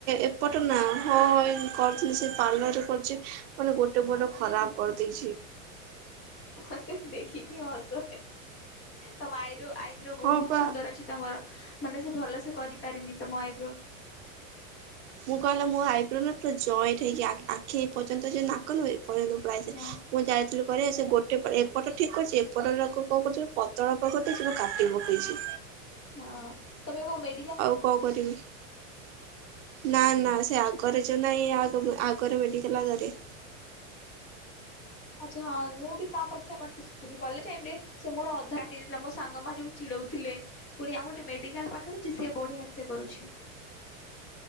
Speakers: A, on the right; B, on the left.
A: ଏପଟ ନା ହଁ ଏଇ କରୁଥିଲି ସେଇ ପାର୍ଲରରେ କରୁଛି। ମାନେ ଗୋଟେ ପଟ ଖରାପ କରିଦେଇଛି।
B: ମତେ ଦେଖିକି ହସ ଲାଗି ତମ ଆଇର ଆଇବ୍ରୋ ବୋହୁତ
A: ହଁ ପା
B: ସୁନ୍ଦର ଅଛି ତମର। ମାନେ ସେ ଭଲ ସେ କରିପାରିନି ତମ ଆଇବ୍ରୋ।
A: ମୁଁ କହିଲି ମୋ ଆଇବ୍ରୋ ପୁରା ଜଏଣ୍ଟ ହେଇକି ଆ-ଆଖି ପର୍ଯ୍ୟନ୍ତ ଯଉ ନାକ ନୁହେଁ ପଳେଇ <unintelligible>
B: ହଁ
A: ମୁଁ ଯାଇଥିଲି କରିବାକୁ ସେ ଗୋଟେ ପ ଏପଟ ଠିକ୍ କରିଛି ଏପଟ ଉରା କ କଣ କରୁଛି ପତଳା ତ କରିଦେଇଛି ମ କାଟି ପକେଇଛି।
B: ହଁ ତମେ କଣ ମେ
A: ଆଉ କଣ କରିବି? ନା, ନା ସେ ଆଗରେ ଯୋଉ ନାହିଁ ଆଗ ଆଗର ମେଡ଼ିକାଲ ଆଗରେ
B: ଆଚ୍ଛା ହଁ ମୁଁ ବି ତାପରେ <unintelligible> ଟାଇମ୍ ରେ ସେ ମୋର ଅଧା ଟି ଦେଲା ମୋ ସାଙ୍ଗ ମାନେ ଯୋଉ ଚିଡ଼ଉଥିଲେ ପୁଣି ଆଉ ଗୋଟେ ମେଡିକାଲ ପାଖରେ ଅଛି ସିଏ ବଢ଼ିଆ ସେ କରୁଛି।